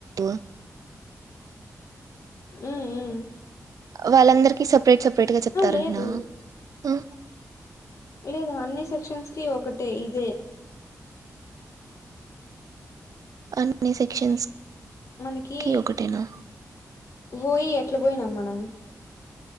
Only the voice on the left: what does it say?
ఊ ఊ
లేదు
లేదు అన్నీ సెక్షన్స్ కీ ఒకటే ఇదే
మనికి
ఓ ఈ ఎట్లా పోయినాం మనం